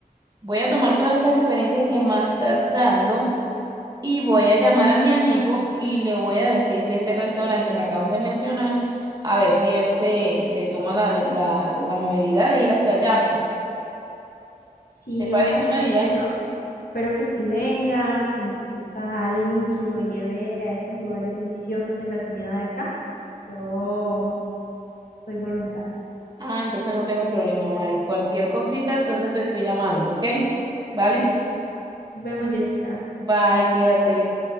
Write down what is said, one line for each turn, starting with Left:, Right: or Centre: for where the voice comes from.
Right: voy a tomar todas estas referencias que más estás dando y voy a llamar a mi amigo y le voy a decir de este restaurante que me acabas de mencionar, a ver si él se, se toma la, la, la amabilidad de ir hasta allá, pues.
Left: Sí,
Right: ¿Te parece,
Left: ojalá,
Right: María?
Left: espero, espero que si vengas, si necesitas a alguien que lo lleve a esos lugares deliciosos de la comida de acá, yo soy voluntaria.
Right: Ah, entonces no tengo problema, Mari. Cualquier cosita, entonces te estoy llamando, ¿ok? ¿Vale?
Left: Ok, nos vemos, Jessica.
Right: Bye, cuídate.